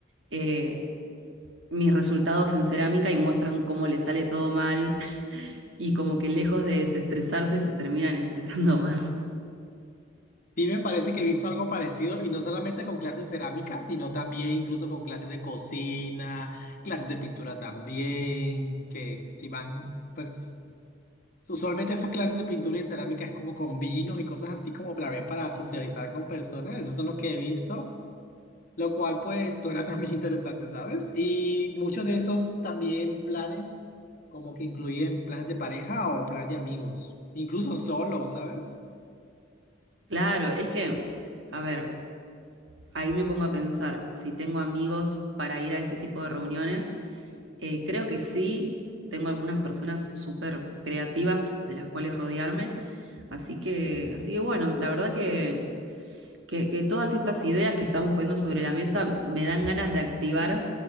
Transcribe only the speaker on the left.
Sí, me parece que he visto algo parecido y no solamente con clases de cerámica, sino también incluso con clases de cocina, clases de pintura también, que si van, pues usualmente esas clases de pintura y cerámica es como con vinos y cosas así como también para socializar con personas, esos son los que he visto, lo cual pues suena también <laughs> interesante, ¿sabes? Y muchos de esos también planes como que incluyen planes de pareja o planes de amigos, incluso solo, ¿sabes?